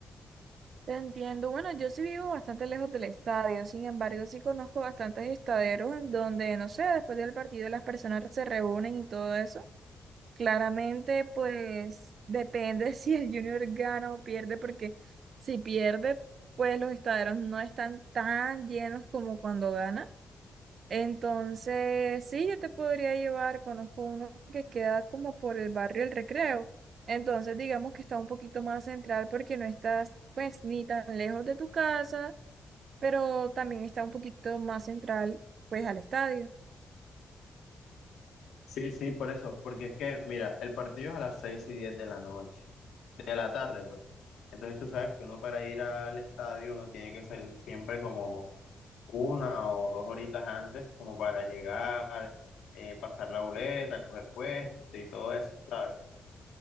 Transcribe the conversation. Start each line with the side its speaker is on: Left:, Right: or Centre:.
Right: Te entiendo. Bueno, yo sí vivo bastante lejos del estadio, sin embargo, sí conozco bastantes estaderos en donde, no sé, después del partido las personas se reúnen y todo eso. Claramente, pues depende <laughs> si el Junior gana o pierde, porque si pierde, pues los estaderos no están tan llenos como cuando gana. Entonces, sí, yo te podría llevar, conozco uno que queda como por el barrio El Recreo. Entonces, digamos que está un poquito más central porque no estás pues ni tan lejos de tu casa, pero también está un poquito más central pues al estadio.
Left: Sí, sí, por eso, porque es que, mira, el partido es a las 6 y 10 de la noche, de la tarde, pues. Entonces tú sabes que uno para ir al estadio uno tiene que salir siempre como una o dos horitas antes, como para llegar, eh, pasar la boleta, coger puesto y todo eso, ¿sabes?